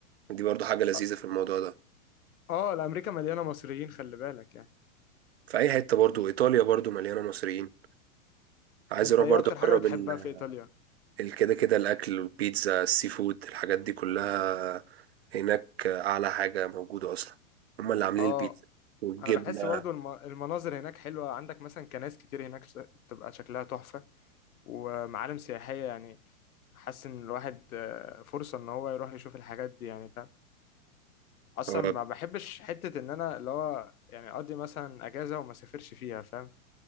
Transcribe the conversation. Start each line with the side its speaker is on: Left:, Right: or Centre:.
Right: دي برضو حاجة لذيذة
Left: اه
Right: في الموضوع ده
Left: آه، الامريكا مليانة مصريين خلي بالك يعني
Right: في اي حتة برضو ايطاليا برضو مليانة مصريين عايز
Left: انت
Right: اروح
Left: ايه
Right: برضو
Left: اكتر
Right: اجرب
Left: حاجة بتحبها
Right: ال-
Left: في ايطاليا
Right: ال- كده كده الاكل والبيتزا السي فود الحاجات دي كلها هناك اعلى حاجة موجودة اصلا هما اللي عاملين
Left: اه
Right: البيتزا والجبنة
Left: انا بحس برضو الم- المناظر هناك حلوة عندك مثلا كنائس كتير هناك ش- بتبقى شكلها تحفة ومعالم سياحية يعني حاسس ان الواحد آه، فرصة ان هو يروح يشوف الحاجات دي يعني فاهم اصلا
Right: آه.
Left: ما بحبش حته ان انا اللي هو يعني اقضي مثلا اجازه وما سافرش فيها فاهم